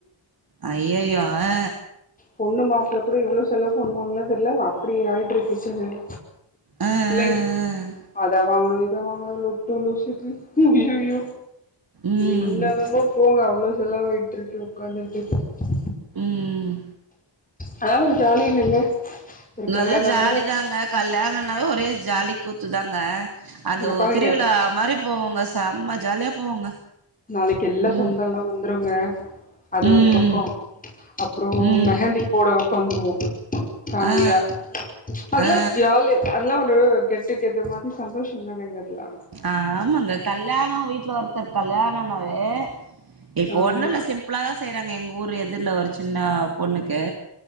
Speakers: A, on the right; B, on the left.
A: ஐயயோ அ
B: பொண்ணு மாப்பிள்ள கூட இவ்ளோ செலவு பண்ணுவாங்கன் தெரில அப்டி ஆயிட்ருக்கு செலவு
A: ஆ
B: இல்லங்க
A: ஆ ஆ
B: அத வாங்கனு அத வாங்கனு லொட்டு லொசுக்கு ஐயயோ
A: ம்
B: என்னதமோ போங்க அவ்ளோ செலவாகிட்டு இருக்கு உக்காந்துட்டு இருக்க
A: ம் ம்
B: அதல்லா ஒரு ஜாலி இல்லங்க ஒரு
A: நல்ல
B: கல்யாணோனா
A: ஜாலி தாங்க கல்யாணனாவே ஒரே ஜாலி கூத்துதாங்க அந்த
B: இங்க
A: உ
B: பாருங்க
A: திருவிழா மாரி போவோங்க சம்மா ஜால்யா போவோங்க
B: நாளைக் எல்லா
A: ம்.
B: சொந்தலா வந்துருங்க அது
A: ம்.
B: ஒரு பக்கோ அப்றோ
A: ம்.
B: மெஹந்தி போட ஒக்காந்துருவோ ஃபேம்லியா
A: ஆ.
B: அத்ல்லா
A: ஆ.
B: ஒரு ஜாலி அதுல்லா ஒரு கெட் டூ கெத்த மாதி சந்தோஷதானங்க அதுல்லா
A: அ ஆமாங்க கல்யாண வீட்ல ஒருத்தர் கல்யாணனாவே இப்ப
B: ஆமா
A: ஒன்னுல்ல சிம் ப்புளாதா செய்றாங்க எங்க ஊரு எதுர்ல ஒரு சின்ன பொண்ணுக்கு